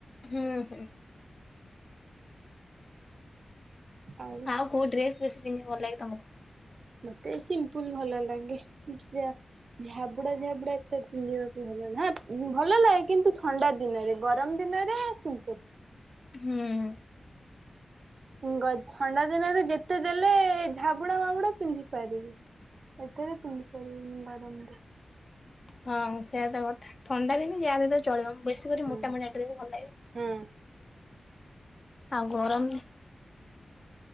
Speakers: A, on the left; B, on the right.
A: ହୁଁ ହୁଁ।
B: ଆଉ
A: ଆଉ କୋଉ ଡ୍ରେସ୍ ବେଶୀ ପନ୍ଧିବାକୁ ଭଲ ଲାଗେ ତମୁକୁ।
B: ମତେ ସିମ୍ପୁଲ ଭଲ ଲାଗେ ଯା ଝାବୁଡା ଝାବୁଡା ଏତେ ପିନ୍ଧିବାକୁ ଭଲ ଲା <unintelligible> ଭଲ ଲାଗେ କିନ୍ତୁ ଥଣ୍ଡା ଦିନରେ। ଗରମ ଦିନରେ ସିମ୍ପୁଲ।
A: ହୁଁ।
B: ଗ ଥଣ୍ଡା ଦିନରେ ଯେତେ ଦେଲେ ଝାବୁଡା ମାବୁଡା ପିନ୍ଧି ପାରିବି। ଏଥିରେ ପିନ୍ଧି ପାରିବିନି <unintelligible>
A: ହଁ ସେଇଆ ତ କଥା ଥଣ୍ଡା ଦିନେ ଯାହା ଦେଲେ ଚଳିବ ବେଶୀ କରି
B: ହୁଁ
A: ମୋଟା ମୋଟା ଡ୍ରେସ୍ ଦିନ ଭଲ ଲାଗିବ।
B: ହୁଁ।
A: ଆଉ ଗରମ